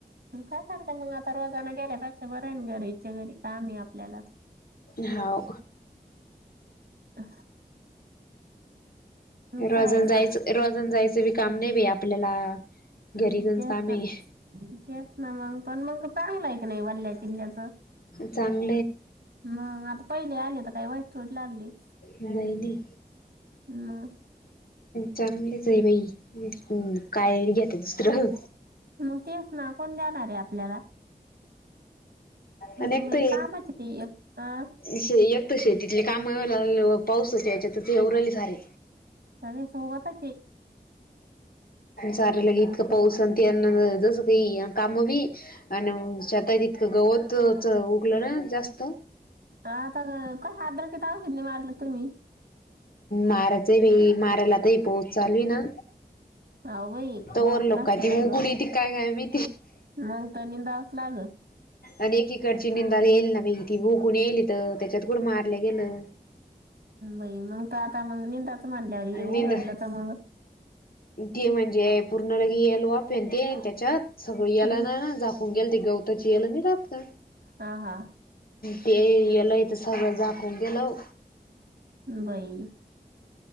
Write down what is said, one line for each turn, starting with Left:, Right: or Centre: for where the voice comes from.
Right: काय फरते मग आता रोजाना गेल्या पक्ष बर. घरीच्या घरी काम आहे आपल्याला तर
Left: हाव
Right: अ.
Left: रोजान
Right: काय आता
Left: जायचं रोजान जायचं बी काम नाही ब आपल्याला.
Right: अ
Left: घरी जाऊन
Right: त्याच
Left: काम आहे
Right: त्याच ना मग पण मग चांगलं आहे क नाही वल्ल्या किल्ल्याचं.
Left: चांग
Right: मग आता पहिले आले तर काही वाईट तोट लागली.
Left: नाही नाही.
Right: मग
Left: चांगलेचे बाई काय घ्याता दुसरं.
Right: मग तेस ना कोण देणार आहे आपल्याला. हा,
Left: आणि एकत
Right: बाई कामाचे ते एक हा,
Left: श एकत शेतीतले काम. मला पाऊसचं याच्यात एवराली सारे.
Right: सगळे सोगबतची.
Left: सार ले इतकं पाऊस आणि जसं काही काम बी आणि ता ततकं गवतच उगलं ना जास्त.
Right: आताग का हात्र क त होगतनी मारल तुम्ही.
Left: मारायच बाई मारायला तर पोहच चालू ना.
Right: अहो बाई
Left: तरर
Right: वाप
Left: लोक
Right: नसल्यावर
Left: त
Right: मग
Left: उघुडी ती काय काय मी.
Right: मग त निबावस लाग.
Left: आणि एकीकडची निंदाला येईल ना बा ती उगून येईल तर त्याच्यात कुडं मारल्या गेलं.
Right: बाई मग त आता मग निंदाच म्हणल्यावर येऊ
Left: निंद
Right: घडलं तर मग.
Left: ते म्हणजे पूर्ण लगे यालो पेनते त्याच्यात सगळं याला
Right: हम्म
Left: ना झाकून गेल ते गव. त्याची येलं नाही राहात का.
Right: हा हा.
Left: ते यालयथ सगळं दखून गेलं.
Right: बाई.